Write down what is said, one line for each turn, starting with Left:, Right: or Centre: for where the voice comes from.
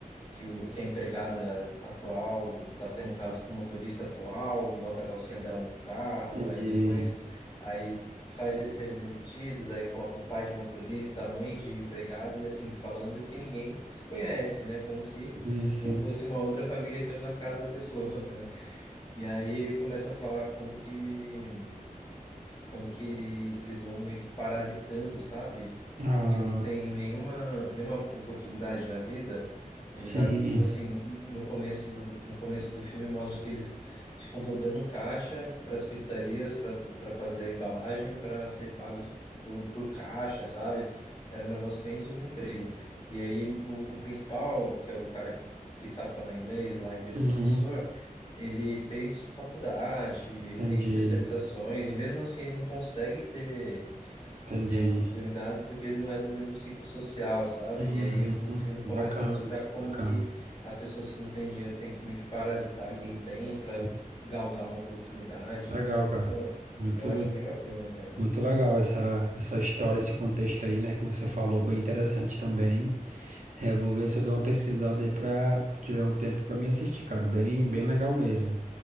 Left: que, o, que a empregada atual tá tendo um caso com o motorista atual, bota a calcinha dela no carro,
Right: entendi.
Left: aí depois aí faz eles serem demitidos, aí coloca o pai de motorista, a mãe de empregado, e assim, falando que ninguém se conhece, né? Como se
Right: Hum, Sim.
Left: não fosse uma outra família entrando na casa da pessoa, <laughs> né? E aí ele começa a falar como que como que eles vão meio que parasitando, sabe?
Right: Ah,
Left: Porque eles não têm nenhuma, nenhuma oportunidade na vida. Eles,
Right: sim.
Left: ah, tipo assim, n- no começo do, no começo do filme mostra que eles ficam dobrando caixa para as pizzarias, para para fazer a embalagem, para ser pagos por, por caixa, sabe? Era um negócio bem subemprego. E aí o, o principal, que é o cara que, que sabe falar inglês lá e vira
Right: Uhum,
Left: professor, ele fez faculdade, ele
Right: entendi,
Left: tem especializações, e mesmo assim ele não consegue ter,
Right: entendi.
Left: ter oportunidades porque ele não é do mesmo ciclo social, sabe?
Right: Uhum,
Left: E aí o filme começa
Right: bacana,
Left: a mostrar como
Right: bacana.
Left: que as pessoas que não têm dinheiro têm que meio que parasitar
Right: Hum,
Left: quem tem para
Right: Sim.
Left: galgar uma oportunidade.
Right: Legal, cara.
Left: Pô,
Right: Muito,
Left: eu acho bem bacana, cara.
Right: muito legal essa, essa história, esse contexto aí, né, que você falou, bem interessante também. É, vou ver se eu dou uma pesquisada aí pra tiver um tempo pra mim assistir, cara. Bem, bem legal mesmo.